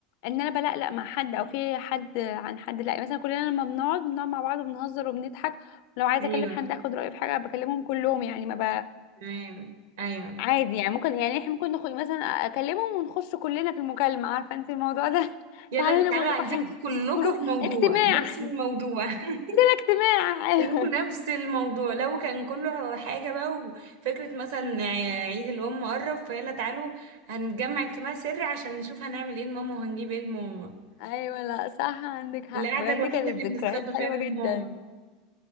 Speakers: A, on the left; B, on the right.
A: ان انا بلقلق مع حد او في حد عن حد لا مثلا كلنا لما بنقعد بنقعد مع بعض وبنهزر وبنضحك ولو عايزه
B: ايوه
A: اكلم حد اخد رايه في حاجه بكلمهم كلهم يعني ما ب...
B: تمام ايوه
A: عادي يعني ممكن يعني احنا ممكن نخ... مثلا اكلمهم ونخش كلنا في المكالمه عارفه انت الموضوع ده <laughs>
B: يلا
A: تعالوا
B: تعالوا
A: هنا اقول
B: عايزين
A: لكم حاجه
B: كلكم
A: جروب
B: في موضوع
A: اجتماع
B: نفس
A: <laughs>
B: الموضوع <laughs>
A: اجتماع ايوه
B: كلكم نفس الموضوع لو كان كله حاجة بقى وفكرة مثلا ع- عيد الأم قرب فيلا تعالوا هنجمع اجتماع سري عشان نشوف هنعمل ايه لماما وهنجيب ايه لماما
A: ايوه لا صح عندك حق
B: القعدة
A: بجد
B: الوحيدة
A: كانت
B: اللي بنستخبى
A: ذكريات
B: فيها
A: حلوه
B: من
A: جدا
B: ماما